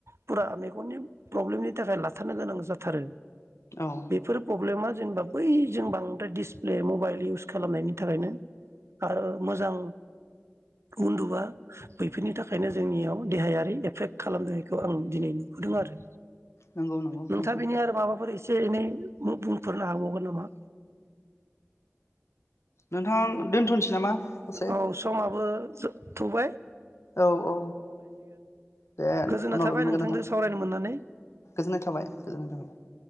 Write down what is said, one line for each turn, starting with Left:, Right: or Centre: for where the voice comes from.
Right: फुरा मेगननि प्रब्लेमनि थाखाय लाथारनो गोनां जा थारो
Left: औ
Right: बेफोर प्रब्लेमा जेनेबा बै जों बांद्राय दिडिसप्ले मबाइल इउस खालामनायनि थाखायनो आरो मोजां उन्दुवा बैफोरनि थाखायनो जोंनियाव देहायारि एफेक्ट खालामदोंखौ आं दिनै नुहदों आरो।
Left: नंगौ नंगौ
Right: नोंथाङा
Left: नोंथां
Right: बिनि आरो माबाफोर एसे एनै मुं बुं फोरनो हाबावगोन नामा?
Left: नोंथां दोन्थ'नोसै नामा? दसे
Right: औ समाबो थबाय।
Left: औ औ दे
Right: गोजोननाय
Left: उनाव
Right: थाबाय
Left: लोगो मोनगोन
Right: नोंथांजों
Left: नोंथां
Right: सावरायनो मोननानै।
Left: गोजोननाय थाबाय गोजोननाय थाबाय।